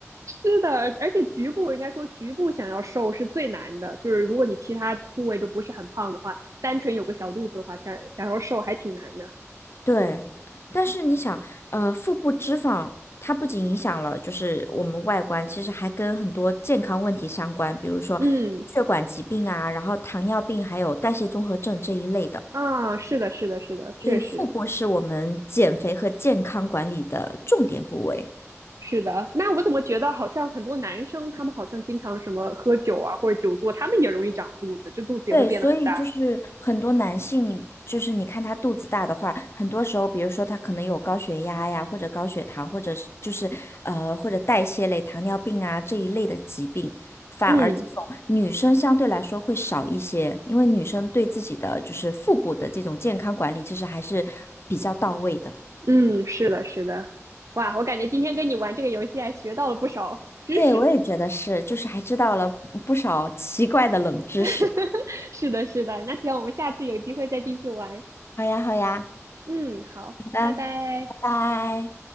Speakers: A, on the right; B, on the left.
A: 是的，而且局部应该说局部想要瘦是最难的，就是如果你其他部位都不是很胖的话，单纯有个小肚子的话，想想要瘦还挺难的。
B: 对，但是你想，呃，腹部脂肪它不仅影响了就是我们外观，其实还跟很多健康问题相关，比如说血管疾病啊，
A: 嗯，
B: 然后糖尿病，还有代谢综合症这一类的。
A: 啊，是的，是的，是的，确实。
B: 所以腹部是我们减肥和健康管理的重点部位。
A: 是的，那我怎么觉得好像很多男生他们好像经常什么喝酒啊或者久坐，他们也容易长肚子，就肚子也会变得很大。
B: 对，所以就是很多男性，就是你看他肚子大的话，很多时候，比如说他可能有高血压呀，或者高血糖，或者是就是呃，或者代谢类糖尿病啊这一类的疾病，反而这种女生相对来说会少一些，
A: 嗯
B: 因为女生对自己的就是腹部的这种健康管理，其实还是比较到位的。
A: 嗯，是的，是的，哇，我感觉今天跟你玩这个游戏还学到了不少知识呢。
B: 对，我也觉得是，就是还知道了不不少奇怪的冷知识。
A: <laughs> 是的，是的，那希望我们下次有机会再继续玩。
B: 好呀，好呀，
A: 嗯，好，
B: 好的，
A: 拜拜。
B: 拜拜。